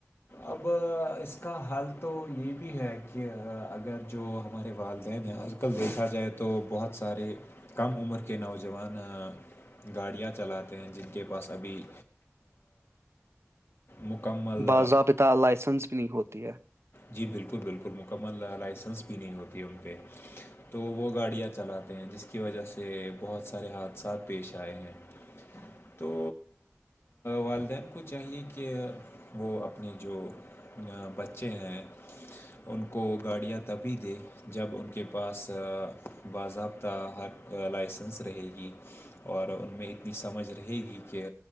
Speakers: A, on the left; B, on the right.
A: اب اس کا حال تو یہ بھی ہے کہ اگر جو ہمارے والدین ہیں آج کل دیکھا جائے تو بہت سارے کم عمر کے نوجوان گاڑیاں چلاتے ہیں جن کے پاس ابھی مکمل
B: باضابط لائسنس بھی نہیں ہوتی ہے
A: جی بالکل بالکل مکمل لائسنس بھی نہیں ہوتی ہے ان پہ تو وہ گاڑیاں چلاتے ہیں جس کی وجہ سے بہت سارے حادثات پیش آئے ہیں تو والدین کو چاہیے کہ وہ اپنے جو بچے ہیں ان کو گاڑیاں تبھی دے جب ان کے پاس باضابطہ ہر لائسنس رہے گی اور ان میں اتنی سمجھ رہے گی کہ